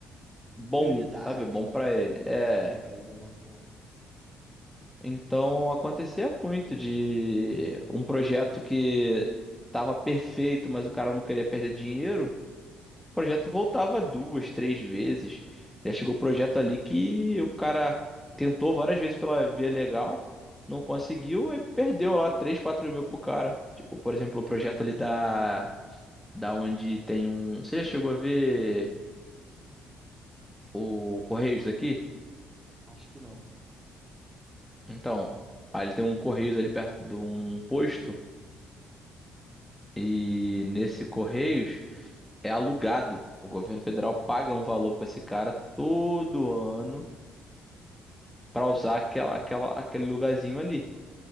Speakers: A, in the centre; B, on the right.
A: bom,
B: Prioridade,
A: sabe? Bom pra
B: né?
A: ele.
B: Benéfico
A: É.
B: para ele de alguma forma.
A: Então acontecia muito de um projeto que tava perfeito, mas o cara não queria perder dinheiro. O projeto voltava duas, três vezes. Já chegou o projeto ali que o cara tentou várias vezes pela via legal, não conseguiu e perdeu lá 3, 4 mil pro cara. Tipo, por exemplo, o projeto ali da da onde tem um. Você já chegou a ver? o Correios daqui.
B: Acho que não.
A: Então, aí ele tem um Correios ali perto de um posto e nesse Correios é alugado. O governo federal paga um valor pra esse cara todo ano pra usar aquela, aquela, aquele lugarzinho ali.